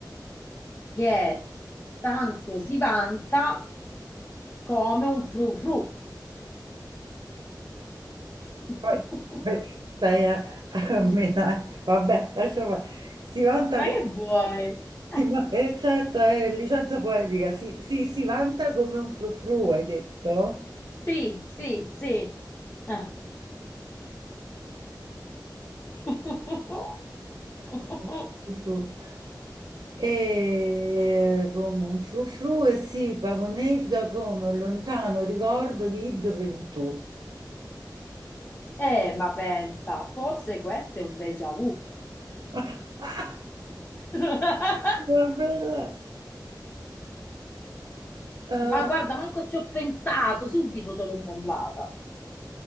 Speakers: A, on the left; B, on the right.
A: che tanto si vanta come un frufru. <laughs>
B: Poi, poi stai a, a menare. Vabbè, lascia fare. Si vanta
A: Ma
B: con...
A: che vuoi?
B: si
A: <laughs>
B: va- eh, certo, è licenza poetica. Si, si, si vanta come un frufru, hai detto?
A: Sì, sì, sì. Ah. <laughs>
B: Come un frufru. E come un frufru e si pavoneggia come un lontano ricordo di gioventù.
A: Eh, ma pensa, forse questo è un déjà vu.
B: <laughs>
A: <laughs> Ma
B: Una bella. Eh,
A: guarda, manco ci ho pensato, subito te l'ho mollata